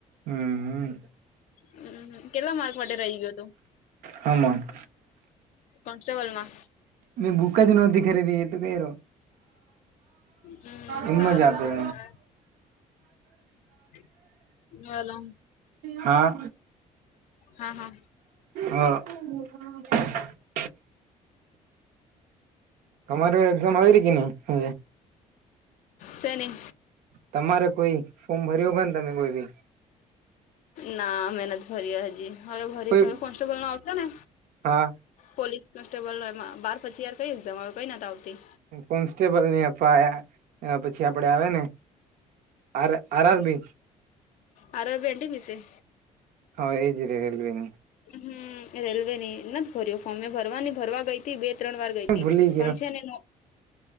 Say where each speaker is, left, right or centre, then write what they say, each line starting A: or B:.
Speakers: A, on the right; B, on the left.
A: હમ
B: હમ કેટલા માર્ક માટે રહી ગયો તું.
A: હમાં.
B: કોન્સ્ટેબલમાં
A: મેં બૂક જ નહોતી ખરીદી એ તું ક રહો.
B: હમ
A: એમ
B: સારું
A: જ આપેલ
B: ચાલ. <inaudible> હલો
A: હા
B: હા હા
A: હ. <unintelligible> તમારે એક્ઝામ આવી રહી કે ને હ.
B: સેની.
A: તમારે કોઈ ફોર્મ ભર્યું કે ને તમે કોઈ બી.
B: ના મે નથી ભરી હજી હવે ભરી
A: કોઈ
B: હવે કોન્સ્ટેબલ નું આવશે ને.
A: હા
B: પોલીસ કોન્સ્ટેબલ એમાં બાર પછી યાર કઈ એકદમ આવે કઈ નથી આવતી.
A: કોન્સ્ટેબલ ની આપવા આયા પછી આપડે આવે ને. R RRB.
B: R RB NTPC.
A: હા એજ રેલવેની.
B: હમ રેલવે ની નથી ભર્યો ફોર્મે ભરવાની ભરવા ગઈ. થી બે ત્રણ વાર ગઈ હતી
A: ભૂલી ગયો
B: પણ છે ને.